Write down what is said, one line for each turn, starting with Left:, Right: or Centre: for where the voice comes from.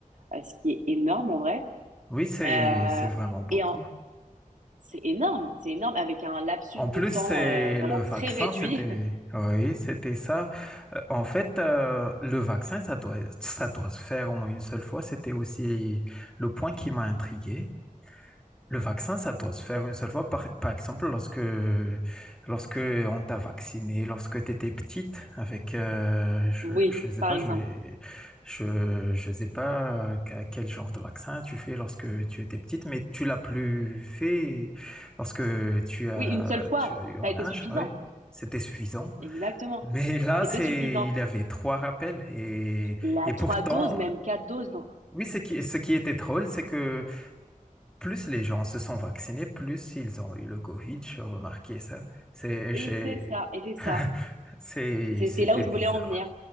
Right: euh, ce qui est énorme en vrai.
Centre: Oui, c'est,
Right: Euh,
Centre: c'est vraiment beaucoup.
Right: et en- c'est énorme, c'est énorme, avec un lapsus
Centre: En
Right: de
Centre: plus,
Right: temps
Centre: c'est
Right: euh, vraiment
Centre: le vaccin,
Right: très réduit.
Centre: c'était
Right: <laughs>
Centre: oui, c'était ça. Euh, en fait, euh, le vaccin, ça doit, ça doit se faire en une seule fois. C'était aussi le point qui m'a intrigué. Le vaccin, ça doit se faire une seule fois. Par, par exemple, lorsque, lorsque on t'a vacciné, lorsque tu étais petite, avec, euh,
Right: Oui,
Centre: je ne sais
Right: par
Centre: pas,
Right: exemple.
Centre: je, je, je sais pas qu'à quel genre de vaccin tu fais lorsque tu étais petite, mais tu l'as plus fait lorsque tu as,
Right: Oui, une seule fois,
Centre: tu as eu en
Right: ça a été
Centre: âge,
Right: suffisant.
Centre: oui, c'était suffisant.
Right: Exactement,
Centre: Mais là,
Right: c'était
Centre: c'est,
Right: suffisant.
Centre: il y avait trois rappels et,
Right: La
Centre: et
Right: trois
Centre: pourtant,
Right: doses, même quatre doses. non.
Centre: oui, ce qui, ce qui était drôle, c'est que plus les gens se sont vaccinés, plus ils ont eu le Covid. J'ai remarqué ça. C'est,
Right: Et
Centre: j'ai-
Right: c'est ça, et c'est
Centre: <laughs>
Right: ça.
Centre: c'est-
Right: Et C'est
Centre: c'était
Right: c'est là où je
Centre: bizarre.
Right: voulais en venir.